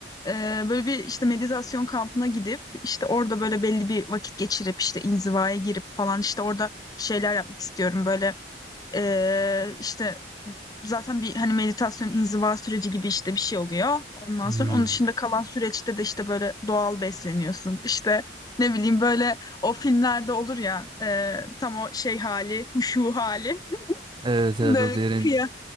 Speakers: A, on the left; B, on the right.
A: e, böyle bir işte meditasyon kampına gidip işte orada böyle belli bir vakit geçirip işte inzivaya girip falan işte orada şeyler yapmak istiyorum böyle e, işte Zaten bir hani meditasyon inziva süreci gibi işte bir şey oluyor. Ondan
B: Hmm.
A: sonra onun dışında kalan süreçte de işte böyle doğal besleniyorsun. İşte ne bileyim böyle o filmlerde olur ya e, tam o şey hali, huşu hali. <laughs>
B: Evet evet
A: Böyle
B: o derin.
A: kıya-